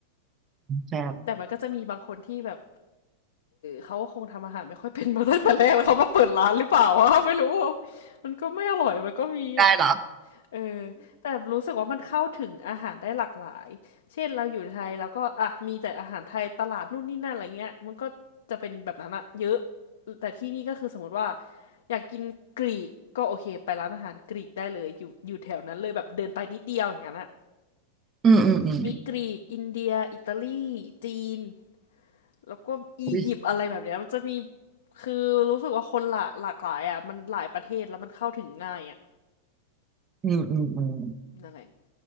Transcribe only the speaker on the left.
แต่มันก็จะมีบางคนที่แบบ เขาคงทำอาหารไม่ค่อยเป็นมาตั้งแต่แรกแล้วเขามาเปิดร้านหรือเปล่าวะ <laughs> ไม่รู้มันก็ไม่อร่อยมันก็มีอ่ะ
เออแต่รู้สึกว่ามันเข้าถึงอาหารได้หลากหลายเช่นเราอยู่ไทยแล้วก็อ่ะมีแต่อาหารไทยตลาดนู่นนี่นั่นอะไรเงี้ยมันก็จะเป็นแบบนั้นอะเยอะแต่ที่นี่ก็คือสมมติว่าอยากกินกรีกก็โอเคไปร้านอาหารกรีกได้เลยอยู่อยู่แถวนั้นเลยแบบเดินไปนิดเดียวอย่างนั้นอะ
มีกรีกอินเดียอิตาลีจีน แล้วก็อียิปต์อะไรแบบเนี้ยมันจะมี
คือรู้สึกว่าคนหลากหลากหลายอ่ะมันหลายประเทศแล้วมันเข้าถึงง่ายอ่ะ
นั่นแหละ